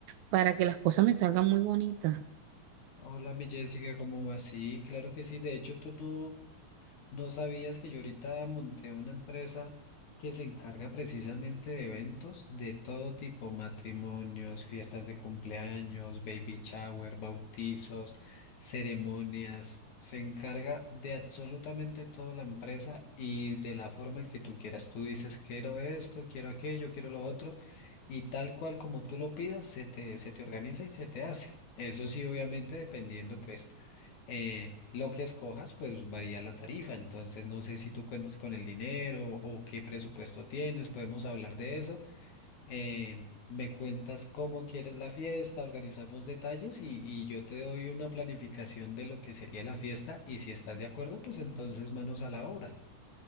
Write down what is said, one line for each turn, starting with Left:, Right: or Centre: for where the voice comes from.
Right: para que las cosas me salgan muy bonitas.
Left: Hola, mi Jessica, ¿cómo vas? Sí, claro que sí. De hecho, tú, tú, ¿No sabías que yo ahorita monté una empresa que se encarga precisamente de eventos de todo tipo, matrimonios, fiestas de cumpleaños, baby shower, bautizos, ceremonias? Se encarga de absolutamente toda la empresa y de la forma en que tú quieras. Tú dices, quiero esto, quiero aquello, quiero lo otro, y tal cual como tú lo pidas, se te, se te organiza y se te hace. Eso sí, obviamente, dependiendo, pues eh, lo que escojas, pues varía la tarifa. Entonces, no sé si tú cuentes con el dinero o qué presupuesto tienes, podemos hablar de eso. Eh, me cuentas cómo quieres la fiesta, organizamos detalles y, y yo te doy una planificación de lo que sería la fiesta y si estás de acuerdo, pues entonces manos a la obra.